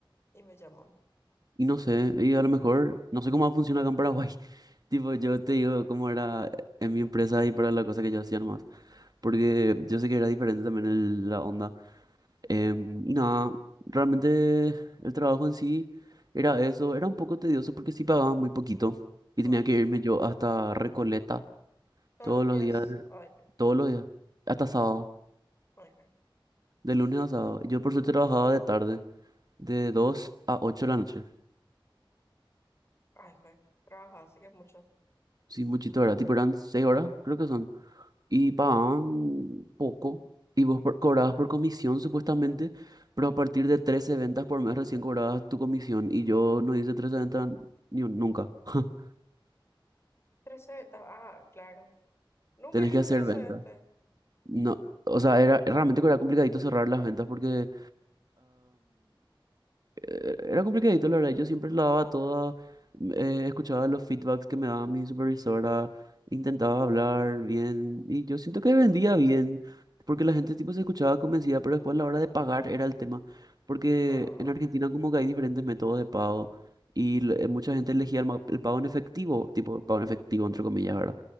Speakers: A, on the left; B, on the right.
A: y me llamó.
B: Y no sé, y a lo mejor, no sé cómo funciona acá en Paraguay. <laughs> Tipo, yo te digo cómo era en mi empresa y para la cosa que yo hacía nomás. Porque yo sé que era diferente también el- la onda. Em, y nada, realmente el trabajo en sí era eso. Era un poco tedioso porque sí pagaba muy poquito. Y
A: No.
B: tenía que irme yo hasta Recoleta
A: Todos
B: todos
A: los
B: los
A: días.
B: días,
A: Ay,
B: todos los días, hasta sábado.
A: Ay, Juan.
B: De lunes a sábado. Yo por suerte trabajaba de tarde, de 2 a 8 de la noche.
A: Ay, Juan. Trabaja, así que es mucho.
B: Sí, muchito, ¿verdad? Tipo eran 6 horas, creo que son. Y pagaban poco. Y vos por- cobrabas por comisión, supuestamente. Pero a partir de 13 ventas por mes recién cobrabas tu comisión. Y yo no hice 13 ventas ni un- nunca. <laughs>
A: trece ventas. Ah, claro. Nunca
B: Tenés
A: hiciste
B: que hacer
A: 13
B: ventas.
A: ventas.
B: No. O sea, era realmente que era complicadito cerrar las ventas porque eh, Era complicadito, la verdad. Yo siempre la daba toda, eh, escuchaba los feedbacks que me daba mi supervisora, intentaba hablar bien y yo siento que vendía bien, porque la gente tipo se escuchaba convencida, pero después a la hora de pagar era el tema, porque
A: No.
B: en Argentina como que hay diferentes métodos de pago y l- eh, mucha gente elegía el, ma- el pago en efectivo, tipo pago en efectivo entre comillas, ¿verdad?